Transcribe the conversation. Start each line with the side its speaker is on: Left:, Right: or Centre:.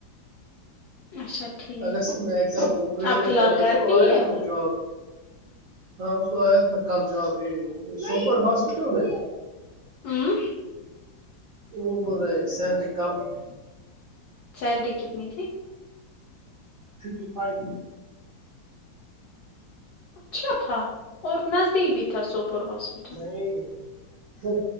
Left: اچھا ٹھیک
Right: اگست میں ایگزام وہ پریپیئر
Left: اب فیلحل
Right: کر رہا ہے
Left: گھر
Right: اس کو
Left: پے
Right: آیا
Left: ہی ہے وہ
Right: تھا جاب
Left: <inaudible>
Right: ہاں اس کو آیا تھا کل جوب ہی سوپر ہاسپٹل میں
Left: اوں
Right: وہ بول رہے سالاری کم ہے
Left: سالاری کتنی تھی
Right: ففٹی فائیو
Left: اچھا تھا اور نزدیک بھی تھا سوپور ہاسپٹل
Right: اہ ہوہ